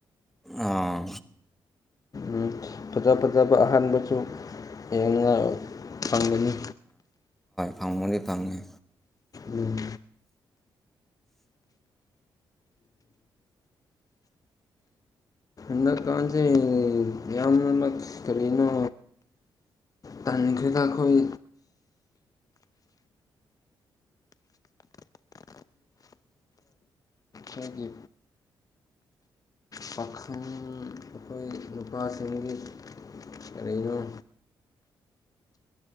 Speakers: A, in the centre; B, on the left.
A: ꯑꯥ
B: ꯎꯝ ꯐꯖ ꯐꯖꯕ ꯑꯍꯥꯟꯕꯁꯨ ꯌꯦꯡꯉꯥꯏ ꯐꯪꯒꯅꯤ
A: ꯐꯥꯡꯃꯅꯤ ꯐꯥꯡꯤ
B: ꯎꯝ ꯍꯟꯗꯛꯀꯥꯟꯁꯦ ꯌꯥꯝꯅꯃꯛ ꯀꯔꯤꯅꯣ ꯇꯅꯤꯈꯣꯏꯗ ꯑꯩꯈꯣꯏ ꯍꯒꯤ ꯄꯈꯥꯟ ꯑꯩꯈꯣꯏ ꯅꯨꯄꯥꯁꯤꯡꯒꯤ ꯑꯣ